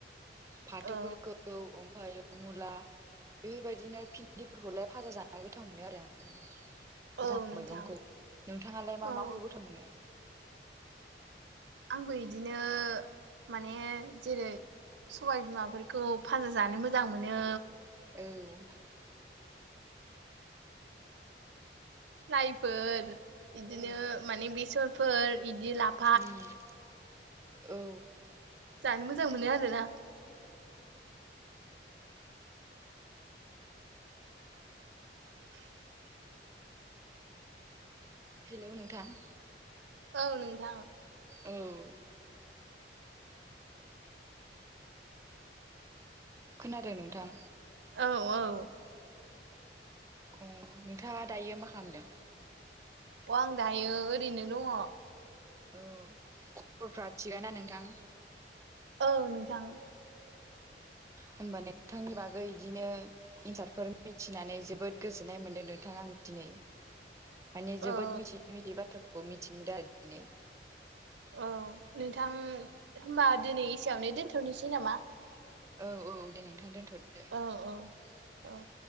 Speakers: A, on the right (about 15°); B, on the right (about 85°).
A: फाथोफोरखौ
B: औ
A: ओमफायो मुला बेफोरबायदिनो भिन्दिफोरखौलाय फाजा जानो गोथाव मोनो आरो आङो। गोथां
B: औ नोंथां
A: मैगंखौ नोंथाङालाय मा
B: औ
A: माखौ गोथाव मोनो
B: आंबो इदिनो माने जेरै सबाइ बिमाफोरखौ फाजा जानो मोजां मोनो
A: औ
B: लाइफोर बिदिनो
A: औ
B: माने बेसरफोर इदि लाफ
A: उम औ
B: जानो मोजां मोनो आरोना <inaudible>
A: हेल' नोंथां
B: औ नोंथां
A: औ खोनादों नोंथां
B: औ औ
A: अ नोंथाङा दायो मा खालामदों
B: अ आं दायो ओरैनो दङ
A: औ खबरफ्रा थिगा ना नोंथां
B: औ नोंथां
A: होमबा नोंथांनि बागै इदिनो एन्सारफोर मिथिनानै जोबोद गोजोननाय मोनदों नोंथां आं दिनै माने जोबोद
B: औ
A: मिथियै मिथियै बाथ्राफोरखौ मिथिनो मोनदों आरो दिनै
B: औ नोंथां होमबा दिनै एसेयावनो दोनथ'निसै नामा
A: औ औ दे नोंथां दोनथ'
B: औ औ औ